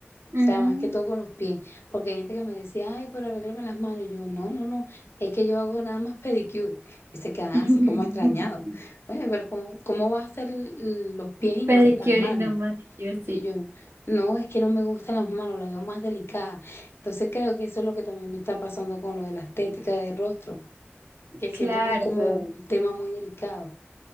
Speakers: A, on the right (about 75°); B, on the left (about 75°).
A: Mm.
B: O sea, más que todo con los pies, porque hay gente que me decía, ay, pero arréglame las manos. Y yo, no, no, no, es que yo hago nada más pedicure. Y se quedan
A: <laughs>
B: así como extrañados. Oye, pero ¿cómo, cómo vas a hacer l- los pies y no
A: Pedicure
B: haces las manos?
A: y no manicure,
B: Y
A: sí,
B: yo, no, es que no me gustan las manos, la veo más delicada. Entonces creo que eso es lo que también me está pasando con lo de la estética del rostro, que siento
A: claro.
B: que es como un tema muy delicado.